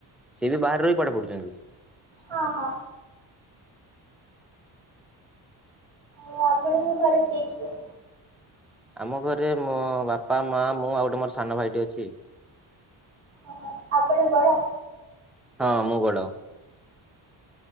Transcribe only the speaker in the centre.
ସିଏବି ବାହରେରହି ପାଠ ପଢ଼ୁଚନ୍ତି?
ଆମ ଘରେ ମୋ ବାପା ମା ମୁଁ ଆଉ ଗୋଟେ ମୋର ସାନ ଭାଇଟେ ଅଛି।
ହଁ ମୁଁ ବଡ଼।